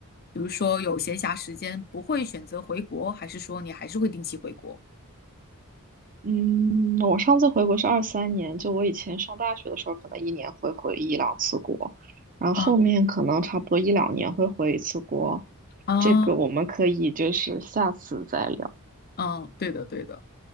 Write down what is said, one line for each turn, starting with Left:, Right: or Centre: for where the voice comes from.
Left: 比如说有闲暇时间，不会选择回国，还是说你还是会定期回国？
Right: 嗯，我上次回国是二三年，就我以前上大学的时候，可能一年会回一两次国，然后后面可能差不多一两年会回一次国。
Left: 啊啊，
Right: 这个我们可以就是下次再聊。
Left: 嗯，对的，对的。